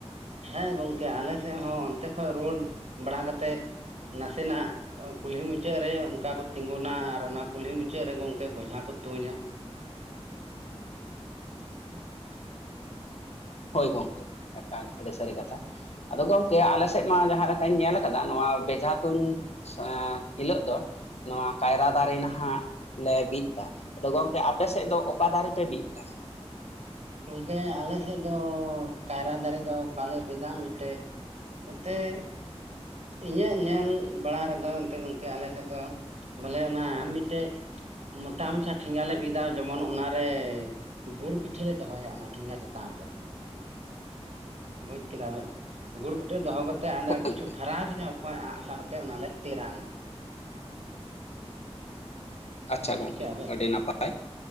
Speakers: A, on the right; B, on the left.
A: ᱦᱮᱸ ᱜᱚᱢᱠᱮ ᱟᱞᱮ ᱥᱮᱫ ᱦᱚᱸ ᱚᱱᱛᱮ ᱠᱷᱚᱡ ᱨᱩᱣᱟᱹᱲ ᱵᱟᱲᱟ ᱠᱟᱛᱮᱫ ᱱᱟᱥᱮ ᱱᱟᱜ ᱠᱩᱞᱦᱤ ᱢᱩᱪᱟᱹᱫ ᱨᱮ ᱚᱱᱠᱟ ᱠᱚ ᱛᱤᱸᱜᱩᱱᱟ ᱟᱨ ᱚᱱᱟ ᱠᱩᱞᱦᱤ ᱢᱩᱪᱟᱹᱫ ᱨᱮ ᱜᱚᱝᱠᱮ ᱵᱚᱡᱷᱟ ᱠᱚ ᱛᱩᱧᱟ᱾ <inaudible>
B: ᱦᱳᱭ ᱜᱚᱢᱠᱮ ᱮᱠᱟᱞ ᱟᱹᱰᱤ ᱥᱟᱹᱨᱤ ᱠᱟᱛᱷᱟ᱾ ᱟᱫᱚ ᱜᱚᱢᱠᱮ ᱟᱞᱮ ᱥᱮᱫ ᱢᱟ ᱡᱟᱦᱟᱸ ᱞᱮᱠᱟᱧ ᱧᱮᱞ ᱠᱟᱫᱟ ᱱᱚᱣᱟ ᱵᱮᱡᱷᱟ ᱛᱩᱧ ᱮᱻ ᱦᱤᱞᱳᱜ ᱫᱚ ᱱᱚᱣᱟ ᱠᱟᱭᱨᱟ ᱫᱟᱨᱮ ᱱᱟᱦᱟᱜ ᱞᱮ ᱵᱤᱫᱽᱫᱟ ᱟᱫᱚ ᱜᱚᱝᱠᱮ ᱟᱯᱮ ᱥᱮᱫ ᱫᱚ ᱚᱠᱟ ᱫᱟᱨᱮ ᱯᱮ ᱵᱤᱫᱽᱫᱟ?
A: ᱜᱚᱢᱠᱮ ᱟᱞᱮ ᱥᱮᱫ ᱫᱚ, ᱠᱟᱭᱨᱟ ᱫᱟᱨᱮ ᱫᱚ ᱵᱟᱞᱮ ᱵᱤᱫᱟ ᱢᱤᱫᱴᱮᱡ᱾ ᱮᱱᱛᱮᱫ ᱤᱧᱟᱹᱜ ᱧᱮᱞ ᱵᱟᱲᱟ ᱨᱮᱫᱚ ᱮᱱᱛᱮᱫ ᱜᱚᱝᱠᱮ ᱟᱞᱮ ᱥᱮᱫ ᱫᱚ᱾ ᱵᱚᱞᱮ ᱚᱱᱟ ᱢᱤᱫᱴᱮᱡ᱾ ᱢᱚᱴᱟ ᱢᱟᱪᱷᱟ ᱴᱷᱮᱸᱜᱟ ᱞᱮ ᱵᱤᱫᱟ ᱡᱮᱢᱚᱱ ᱚᱱᱟᱨᱮ ᱜᱩᱲ ᱯᱤᱴᱷ ᱯᱤᱴᱷᱟᱹ ᱞᱮ ᱫᱚᱦᱚᱸᱭᱟ ᱚᱱᱟ ᱴᱷᱮᱸᱜᱟ ᱪᱮᱛᱟᱱ ᱨᱮ ᱵᱩᱡᱽ ᱠᱮᱫᱟ ᱵᱮᱱ᱾ ᱜᱩᱲ ᱯᱤᱴᱷᱟᱹ ᱫᱚ ᱦᱚᱸ ᱠᱟᱛᱮᱫ ᱟᱫᱚ
B: ᱦᱳᱭ ᱜᱚᱢᱠᱮ
A: ᱠᱤᱪᱷᱩ ᱯᱷᱟᱨᱟᱠ ᱧᱚᱜ ᱠᱷᱚᱡ ᱟᱜ ᱥᱟᱨ ᱛᱮ ᱚᱱᱟᱞᱮ ᱛᱮᱨᱟᱝᱟ᱾
B: ᱟᱪᱪᱷᱟ
A: ᱵᱩᱡᱽ
B: ᱜᱚᱝᱠᱮ
A: ᱠᱮᱜᱼᱟ ᱵᱮᱱ
B: ᱟᱹᱰᱤ ᱱᱟᱯᱟᱭ